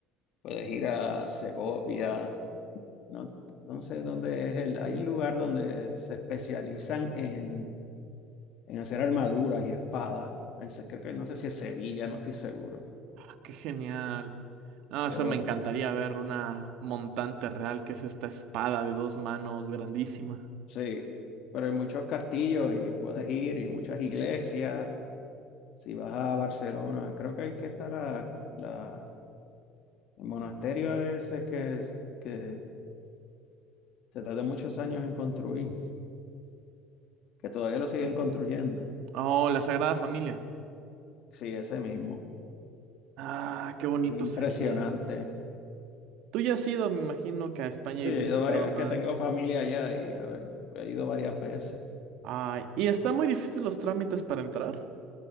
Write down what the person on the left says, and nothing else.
puedes ir a Segovia, no, no sé dónde es el, hay un lugar donde se especializan en, en hacer armaduras y espadas, en se- creo que no sé si es Sevilla, no estoy seguro,
pero
Sí, pero hay muchos castillos y puedes ir y muchas iglesias. Si vas a Barcelona, creo que ahí que está la, la, el monasterio ese que, que se tardó muchos años en construir, que todavía lo siguen construyendo.
Sí, ese mismo.
Es impresionante.
Sí,
he
ido varias, es
que tengo familia allá y a ver, he ido varias veces.